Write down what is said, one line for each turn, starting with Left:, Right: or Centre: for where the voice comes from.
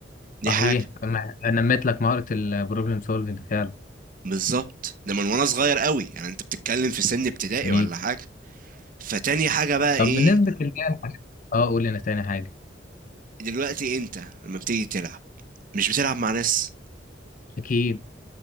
Right: دي
Left: صحيح
Right: حاجه
Left: أما- انا نميت لك مهاره البروبلم سولفنج فعلا
Right: بالظبط ده من وانا صغير قوي يعني انت بتتكلم في سن ابتدائي
Left: جميل
Right: ولا حاجه فتاني حاجة بقى
Left: طب
Right: ايه
Left: بالنسبه للي هي الحاجات- اه قول لنا تاني حاجه
Right: دلوقتي انت لما بتيجي تلعب مش بتلعب مع ناس
Left: اكيد